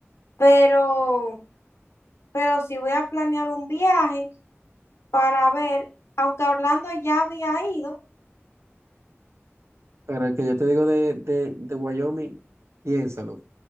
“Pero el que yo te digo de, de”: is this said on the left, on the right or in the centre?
Right